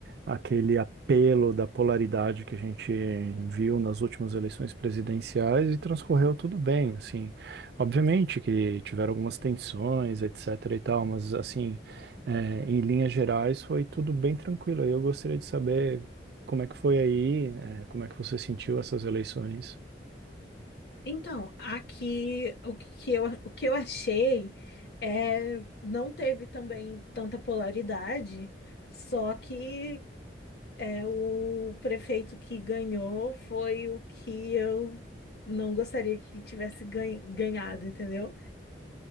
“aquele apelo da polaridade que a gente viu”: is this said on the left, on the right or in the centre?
Right